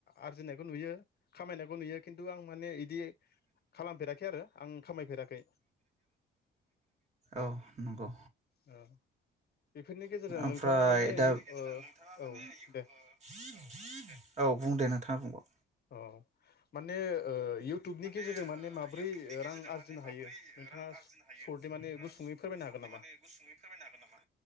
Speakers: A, on the left; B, on the right.
A: आरजिनायखौ नुयो खामायनायखौ नुयो खिन्थु आं माने इदि खालामफेराखै आरो आं खामायफेराखै
B: औ नंगौ
A: औ बेफोरनि गेजेरजों
B: ओमफ्राय
A: नोंथाङा माने
B: दा <unintelligible>
A: ओ औ दे
B: औ बुंदों नोंथाङा बुंबाव
A: औ माने इउटुबनि
B: माने
A: गेजेरजों माब्रै
B: इउटुबनि गेजेरजों
A: रां आरजिनो
B: माने माब्रै
A: हायो नोंथाङा
B: रां आरजिनो हायो
A: सर्टै माने
B: नोंथाङा
A: गुसुङै फोरमायनो
B: सर्ट
A: हागोन नामा
B: माने गुसुङै फोरमायनो हागोन नामा